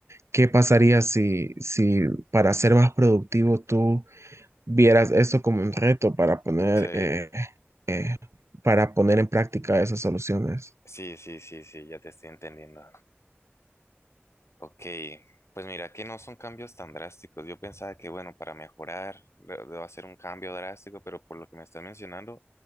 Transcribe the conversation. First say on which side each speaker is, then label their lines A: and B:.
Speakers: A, on the right; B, on the left.
A: ¿qué pasaría si, si para ser más productivo tú vieras esto como un reto para poner,
B: Sí.
A: eh, eh, para poner en práctica esas soluciones?
B: Sí, sí, sí, sí, ya te estoy entendiendo. Ok, pues mira que no son cambios tan drásticos. Yo pensaba que, bueno, para mejorar de- debo hacer un cambio drástico, pero por lo que me estás mencionando,